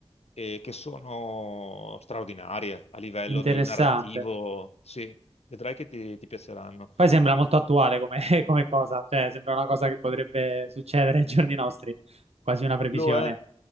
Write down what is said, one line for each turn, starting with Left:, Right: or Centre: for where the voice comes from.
Left: eh, che sono straordinarie a livello
Right: interessante.
Left: di narrativo. Sì, vedrai che ti ti piaceranno.
Right: Poi sembra molto attuale come, <laughs> come cosa, cioè sembra una cosa che potrebbe succedere ai giorni nostri, quasi una previsione.
Left: Lo è.